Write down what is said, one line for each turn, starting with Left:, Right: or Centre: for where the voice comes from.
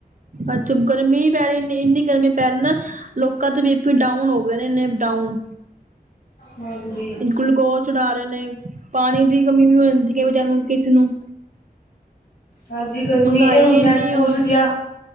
Right: ਅੱਛਾ, ਗਰਮੀ ਈ ਪੈ ਰਈ ਏਨੀ ਇੰਨੀ ਗਰਮੀ ਪੈ ਰਈ ਨਾ ਲੋਕਾਂ ਤੇ ਬੀ ਪੀ ਡਾਊਨ ਹੋ ਗਏ ਨੇ ਇੰਨੇ ਡਾਊਨ
Left: ਹਾਂਜੀ
Right: ਗੁਲੂਕੋਜ਼ ਚਡਾ ਰਏ ਨੇ, ਪਾਣੀ ਦੀ ਕਮੀ ਵੀ ਹੋ ਜਾਂਦੀ ਏ ਵਿਚਾਰੇ ਨੂੰ ਕਿਸੀ ਨੂੰ।
Left: ਹਾਂਜੀ, ਗਰਮੀ
Right: ਮਹਿੰਗਾਈ
Left: ਏਹ ਹੁਨ ਸ਼ੈਦ
Right: ਇੰਨੀ
Left: ਸਕੂਲ
Right: ਔਰ
Left: ਛੁੱਟੀਆਂ,